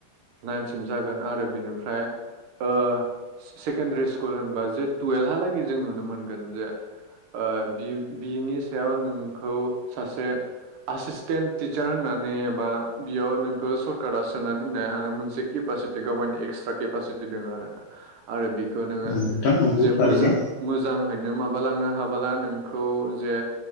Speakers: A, on the right; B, on the left.
A: नाइनसिम जागोन आरो बिनिफ्राय ओ सेकेणडारि स्कुल होनबा जे टुयेल्भहालागै जों नुनो मोनगोन जे ओ बि बिनि सायाव नोंखौ सासे एसिसटेन्ट टिचार होननानै एबा बेयाव नोंखौ सरकारा सोना दोननो हानाय मोनसे केपासि बे गावगायनि एक्सट्रा केपासिटि दोङो आरो
B: <inaudible>
A: आरो बिखौ नोङो
B: नंगौ नोंथां नंगौ
A: जे
B: थारैनो
A: मोजां मोजाङैनो माबालांनो हाबोला नों खौ जे